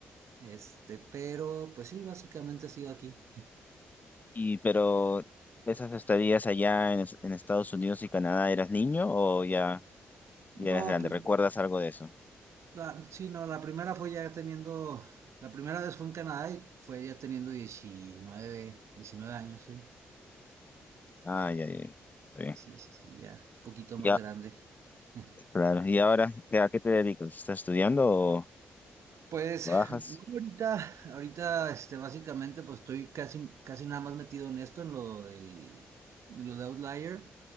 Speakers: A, on the right; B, on the left.
A: este, pero pues sí, básicamente he sido aquí.
B: y pero esas estadías allá en, es- en Estados Unidos y Canadá, ¿eras niño o ya,
A: No,
B: ya eras grande?
A: pues
B: ¿Recuerdas algo de eso?
A: la- sí, no, la primera fue ya teniendo, la primera vez fue en Canadá y fue ya teniendo 19, 19 años, sí.
B: Ah, ya, ya, ya. Está bien.
A: Sí, sí, sí, ya, un poquito
B: Ya,
A: más grande. <laughs>
B: claro. ¿Y ahora qué- a qué te dedicas? ¿Estás estudiando o
A: Pues
B: trabajas?
A: no, ahorita, ahorita, este, básicamente, pues estoy casi, casi nada más metido en esto, en lo del, de lo de Outlier.